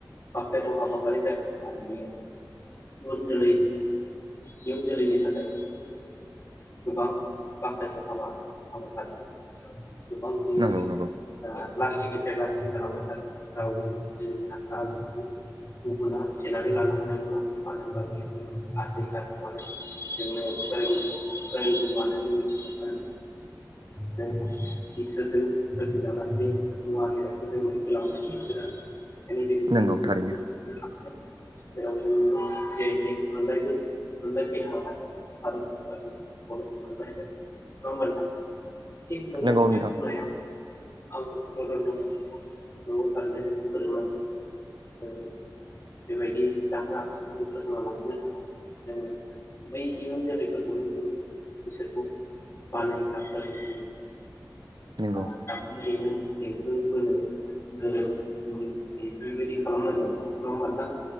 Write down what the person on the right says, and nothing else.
नंगौ नंगौ
नंगौ थारैनो
नंगौ
नोंथां
नंगौ